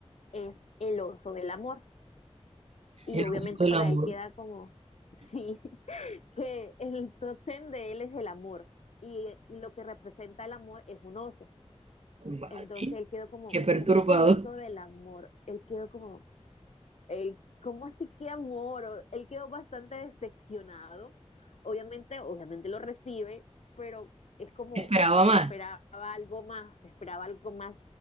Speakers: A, on the left; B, on the right.
A: es el oso del amor. Y
B: El
A: obviamente
B: uso del
A: para
B: amor.
A: él queda como, <laughs> sí, que el top ten de él es el amor. Y eh, y lo que representa el amor es un oso.
B: Vale.
A: Entonces él quedó como,
B: Qué perturbador.
A: ¿cómo que el oso del amor? Él quedó como, él, ¿cómo así que amor? O- Él quedó bastante decepcionado. Obviamente, obviamente lo recibe, pero es como,
B: Esperaba
A: yo
B: más.
A: esperaba algo más, esperaba algo más